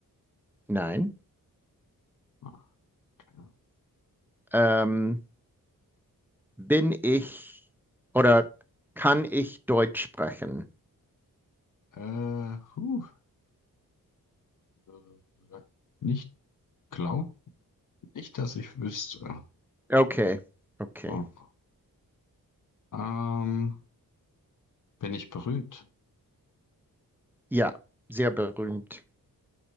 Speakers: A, in the centre; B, on the left.
A: <laughs> Nein.
B: Ah, okay.
A: Ähm, bin ich oder kann ich Deutsch sprechen?
B: Äh, huh. Äh, Nicht glaub nicht, dass ich wüsste.
A: Okay, okay.
B: Oh. Ähm, bin ich berühmt?
A: Ja, sehr berühmt.